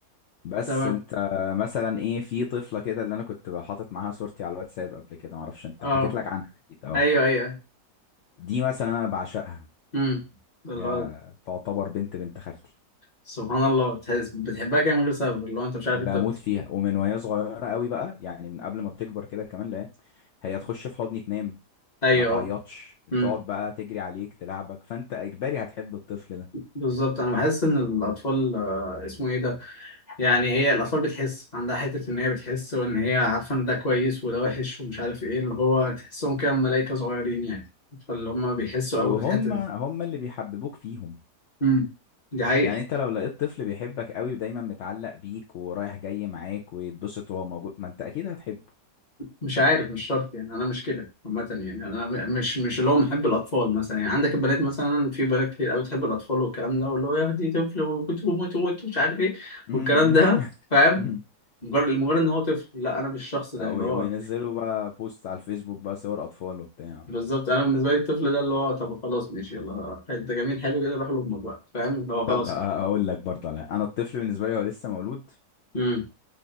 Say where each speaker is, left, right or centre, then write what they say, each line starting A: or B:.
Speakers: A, on the left; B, on the left.
A: بس
B: تمام
A: انت مثلا ايه في طفله كده اللي انا كنت حاطط معاها صورتي على الواتساب قبل كده ما اعرفش انت
B: اه
A: حكيت لك عنها اكيد اه
B: ايوه ايوه
A: دي مثلا انا بعشقها
B: امم الله
A: هي تعتبر بنت بنت خالتي
B: سبحان الله بتحس بتحبها كده من غير سبب اللي هو انت مش عارف
A: بموت
B: انت بت...
A: فيها ومن وهي صغيرة قوي بقى يعني من قبل ما تكبر كده كمان لا هي تخش في حضني تنام
B: ايوه
A: ما تعيطش
B: اه امم
A: تقعد بقى تجري عليك تلعبك فانت اجباري هتحب الطفل ده
B: بالظبط انا بحس ان الاطفال آه، اسمه ايه ده يعني هي الاطفال بتحس عندها حته ان هي بتحس وان هي عارفه ان ده كويس وده وحش ومش عارف ايه اللي هو تحسهم كده ملائكه صغيرين يعني فاللي هم بيحسوا
A: وهم
B: قوي في الحته دي
A: هم اللي بيحببوك فيهم
B: امم دي حقيقه
A: يعني انت لو لقيت طفل بيحبك قوي ودايما متعلق بيك ورايح جاي معاك ويتبسط وهو موجود ما انت اكيد هتحبه
B: مش عارف مش شرط يعني انا مش كده عامه يعني انا م- مش مش اللي هو محب الاطفال مثلا يعني عندك البنات مثلا في بنات كتير قوي تحب الاطفال والكلام ده واللي هو يا اختي طفل وكنت بموت وموت مش عارف ايه
A: مم.
B: والكلام ده
A: <laughs>
B: فاهم مجرد لمجرد ان هو طفل لا انا مش الشخص ده
A: أو
B: اللي
A: وينزلوا
B: هو
A: بقى بوست على الفيسبوك بقى صور اطفال وبتاع
B: بالظبط انا بالنسبه لي الطفل ده اللي هو طب خلاص ماشي يلا انت جميل حلو كده روح لامك بقى فاهم اللي هو خلاص
A: طب أ- اقول
B: كده
A: لك برضه على انا الطفل بالنسبة لي هو لسه مولود
B: امم